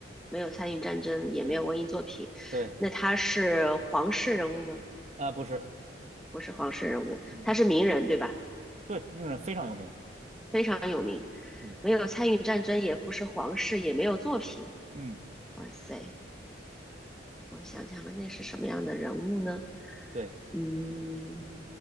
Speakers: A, in the centre; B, on the right.
A: 没有参与战争，也没有文艺作品。
B: 对，对，
A: 那他是皇室人物吗？
B: 啊、不是，
A: 不是皇室人物，
B: 嗯，
A: 他是名人对吧？
B: 对，名人非常有名。
A: 非常有名，
B: 嗯
A: 没有参与战争，也不是皇室，也没有作品。
B: 嗯，
A: 哇塞，我想想啊，那是什么样的人物呢？
B: 对
A: 嗯，